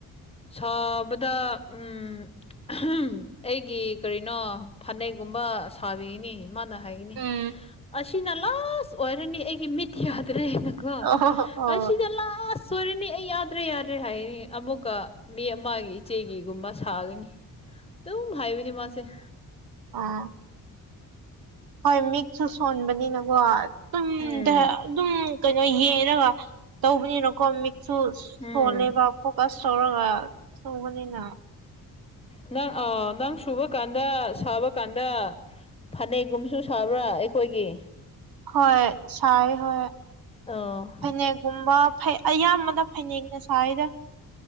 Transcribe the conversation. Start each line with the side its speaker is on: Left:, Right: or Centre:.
Left: ꯁꯥꯕꯗ ꯎꯝ ꯑꯍꯝ ꯑꯩꯒꯤ ꯀꯔꯤꯅꯣ ꯐꯅꯦꯛꯒꯨꯝꯕ ꯁꯥꯕꯤꯅꯤ ꯃꯥꯅ ꯍꯥꯏꯅꯤ
Right: ꯎꯝ
Left: ꯑꯁꯤꯅ ꯂꯥꯁ ꯑꯣꯏꯔꯅꯤ ꯑꯩꯒꯤ ꯃꯤꯠ ꯌꯥꯗ꯭ꯔꯦꯅꯀꯣ
Right: ꯑꯣ ꯍꯣ ꯍꯣ
Left: ꯑꯁꯥꯏꯗ ꯂꯥꯛꯑꯣ ꯁꯣꯏꯔꯅꯤ ꯑꯦ ꯌꯥꯗ꯭ꯔꯦ-ꯌꯥꯗ꯭ꯔꯦ ꯍꯥꯏꯅꯤ ꯑꯃꯨꯛꯀ ꯃꯤ ꯑꯃꯒꯤ ꯏꯆꯦꯒꯤꯒꯨꯝꯕ ꯁꯥꯒꯅꯤ ꯑꯗꯨ ꯍꯥꯏꯥꯕꯤꯅꯤ ꯃꯥꯁꯦ
Right: <inaudible> ꯍꯣꯏ ꯃꯤꯛꯁꯨ ꯁꯣꯟꯕꯅꯤꯅꯀꯣ ꯑꯗꯨꯝ
Left: ꯎꯝ
Right: ꯑꯗꯨꯝ ꯀꯩꯅꯣ ꯌꯦꯔꯒ ꯇꯧꯕꯅꯤꯅꯀꯣ ꯃꯤꯛꯁꯨ
Left: ꯎꯝ
Right: ꯁꯣꯜꯂꯦꯕ ꯐꯣꯀꯁ ꯇꯧꯔꯒ ꯁꯣꯡꯕꯅꯤꯅ
Left: ꯅꯪ ꯑ ꯅꯪ ꯁꯨꯕ ꯀꯥꯟꯗ ꯁꯥꯕ ꯀꯥꯟꯗ ꯐꯅꯦꯛꯒꯨꯝꯁꯨ ꯁꯥꯕ꯭ꯔꯥ ꯑꯩꯈꯣꯏꯒꯤ
Right: ꯍꯣꯏ ꯁꯥꯏ ꯍꯣꯏ
Left: ꯑꯣ
Right: ꯐꯅꯦꯛꯀꯨꯝꯕ ꯑꯌꯥꯝꯕꯅ ꯐꯅꯦꯛꯅ ꯁꯥꯏꯗ